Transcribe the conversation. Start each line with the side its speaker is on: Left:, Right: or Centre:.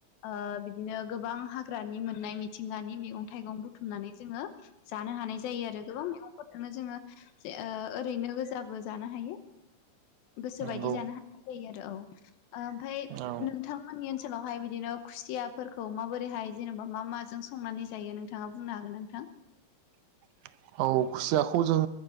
Left: ओ। बिदिनो गोबां हाग्रानि मोननाय मिथिंगानि मैगं थाइगं बुथुमनानै जोङो। जानो हानाय जायो आरो गोबां मैगंफोरजोंनो जोङो। जे ओरैनो गोजाबो जानो हायो। गोसो
Right: नंगौ
Left: बायदि जानो हानाय जायो आरो औ ओमफाय
Right: औ
Left: नोंथां। नि ओनसोलावहाय बिदिनो खुसियाफोरखौ माबोरैहाय जेनेबा मा माजों संनानै जायो नोंथाङा बुंनो हागोन न। नोंथां।
Right: <unintelligible> औ खुसियाखौ जों